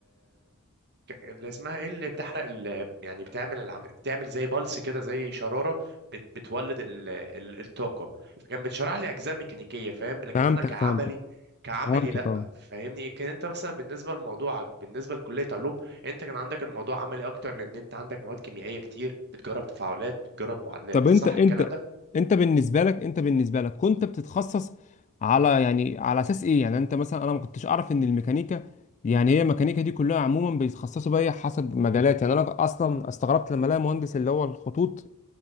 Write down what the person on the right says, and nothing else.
اللي اسمها ايه اللي بتحرق ال... يعني بتعمل العم... بتعمل زي بلس كده زي شراره بت... بتولد ال... ال... الطاقه فكان بتشرح لي اجزاء ميكانيكيه فاهم لكن
انا كعملي
كعملي
لا
فاهمني كان انت مثلا بالنسبه لموضوعك بالنسبه لكليه علوم انت كان عندك الموضوع عملي اكتر لان انت عندك مواد كيميائيه كتير بتجرب تفاعلات بتجرب معادلات
صح
الكلام ده